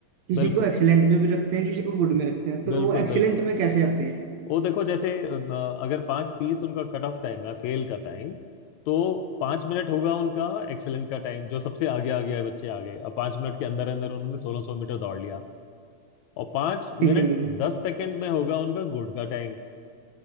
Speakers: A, on the right; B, on the left.
A: किसी
B: बिल्कुल
A: को एक्सीलेंट में भी रखते हैं किसी को गुड में रखते हैं तो
B: बिल्कुल
A: वो एक्सीलेंट
B: बिल्कुल
A: में कैसे आते हैं
B: वो देखो जैसे अ, अगर पाँच तीस उनका कट ऑफ टाइम है फेल का टाइम तो पाँच मिनट होगा उनका एक्सेलेंट का टाइम जो सबसे आगे आगे आए बच्चे आगे अब पाँच मिनट के अंदर अंदर उन्होंने सोलह सौ मीटर दौड़ लिया और पाँच मिनट
A: ठीक है अंकल जी
B: दस सेकंड में होगा उनका गुड का टाइम